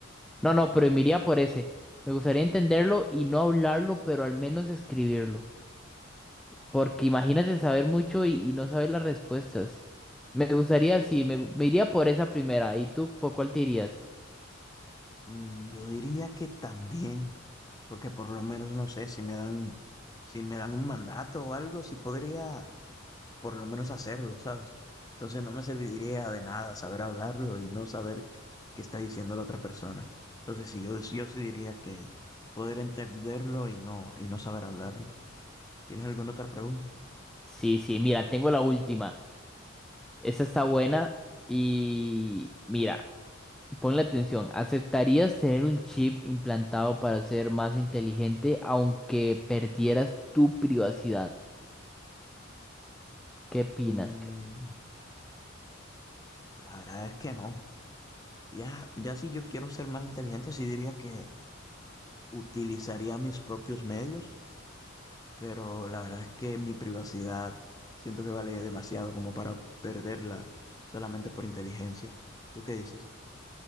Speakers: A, in the centre; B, on the left.
A: No, no, pero me iría por ese. Me gustaría entenderlo y no hablarlo, pero al menos escribirlo. Porque imagínate saber mucho y, y no saber las respuestas. Me gustaría, sí, me, me iría por esa primera. ¿Y tú por cuál te irías?
B: Mm, yo diría que también, porque por lo menos no sé si me dan, si me dan un mandato o algo, si podría por lo menos hacerlo, ¿sabes? Entonces no me serviría de nada saber hablarlo y no saber qué está diciendo la otra persona. Entonces sí, yo, yo sí diría que poder entenderlo y no, y no saber hablarlo. ¿Tienes alguna otra pregunta?
A: Sí, sí, mira, tengo la última. Esa está buena y mira, ponle atención. ¿Aceptarías tener un chip implantado para ser más inteligente aunque perdieras tu privacidad? ¿Qué opinas?
B: Mm, la verdad es que no. Ya, ya si yo quiero ser más inteligente, sí diría que utilizaría mis propios medios, pero la verdad es que mi privacidad siento que vale demasiado como para perderla solamente por inteligencia. ¿Tú qué dices?